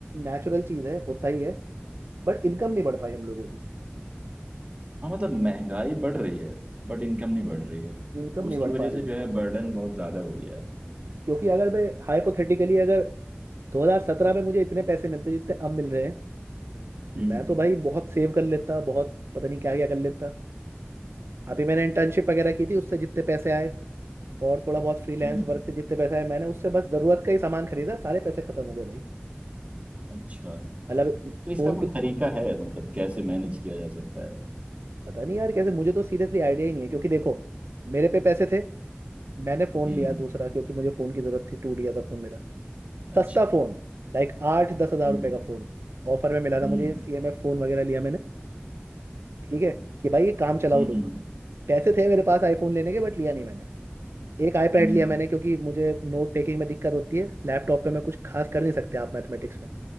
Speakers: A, on the right; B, on the right.
A: नेचुरल चीज है होता ही है बट इनकम नहीं बढ़ पाई हम लोगों की
B: हाँ मतलब महंगाई बढ़ रही है बट इनकम नहीं बढ़ रही है
A: इनकम नहीं
B: उसकी
A: बढ़
B: वजह
A: पा रही
B: से जो है बर्डन बहुत ज्यादा हो गया है
A: क्योंकि अगर मैं हाइपोथेटिकली अगर 2017 में मुझे इतने पैसे मिलते जितने अब मिल रहे हैं तो
B: हम्म
A: मैं तो भाई बहुत सेव कर लेता बहुत पता नहीं क्या क्या कर लेता अभी मैंने इंटर्नशिप वगैरह की थी उससे जितने पैसे आए और थोड़ा बहुत फ्रीलांस
B: हम्म
A: वर्क से जितने पैसे आए मैंने उससे बस जरूरत का ही सामान खरीदा सारे पैसे खत्म हो गए भाई
B: अच्छा
A: मतलब
B: तो इसका
A: फोन
B: कोई
A: तो
B: तरीका है मतलब कैसे मैनेज किया जा सकता है
A: पता नहीं यार कैसे मुझे तो सीरियसली आइडिया ही नहीं है क्योंकि देखो मेरे पे पैसे थे मैंने फोन
B: हम्म
A: लिया दूसरा क्योंकि मुझे फोन की जरूरत थी टूट गया था फोन मेरा
B: अच्छा
A: सस्ता फोन लाइक आठ दस हजार
B: हम्म
A: रुपए का फोन ऑफर में
B: हम्म
A: मिला था मुझे सी एम एफ फोन वगैरह लिया मैंने ठीक है कि भाई ये काम चलाऊ
B: हम्म
A: लूंगा
B: हम्म
A: मैं पैसे थे मेरे पास आईफोन लेने के बट लिया नहीं मैंने एक
B: हम्म
A: आईपैड लिया मैंने क्योंकि मुझे नोट टेकिंग में दिक्कत होती है लैपटॉप पे मैं कुछ खास कर नहीं सकते आप मैथमेटिक्स में